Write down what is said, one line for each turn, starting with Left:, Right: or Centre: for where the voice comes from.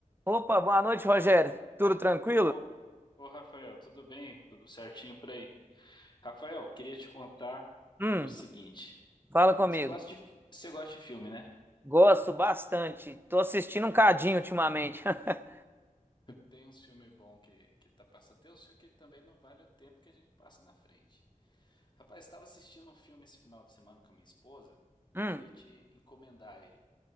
Right: Opa, boa noite, Rogério. Tudo tranquilo?
Left: Ô, ô Rafael, tudo bem? Tudo certinho por aí? Rafael, queria te contar
Right: Hum,
Left: do seguinte.
Right: fala comigo.
Left: Você gosta de, você gosta de filme, né?
Right: Gosto bastante. Tô assistindo um cadinho ultimamente. <laughs>
Left: Tem uns filmes bons que, que tá passando. Tem uns filmes que também não vale o tempo que a gente passa na frente. Rapaz, estava assistindo um filme esse final de semana com a minha esposa. Eu
Right: Hum,
Left: queria te encomendar ele.